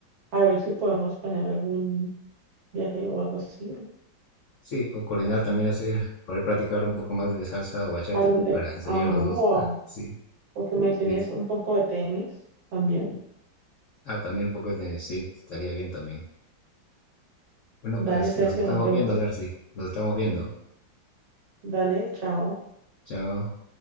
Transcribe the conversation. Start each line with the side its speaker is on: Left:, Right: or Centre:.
Right: A ver si podemos planear algún viaje o algo así.
Left: Sí, o coordinar también hacer, poder practicar un poco más de salsa o bachata
Right: Algún de-
Left: para <laughs> ensayar
Right: Ajá,
Left: los dos.
Right: o,
Left: <laughs> Sí,
Right: o que me enseñes
Left: sí,
Right: un poco de tenis también.
Left: Ah, también un poco de tenis, sí, estaría bien también. Bueno,
Right: Dale,
Left: pues
Right: Sergio,
Left: nos estamos
Right: nos vemos.
Left: viendo, Darcy. Nos estamos viendo.
Right: Dale, chao.
Left: Chao.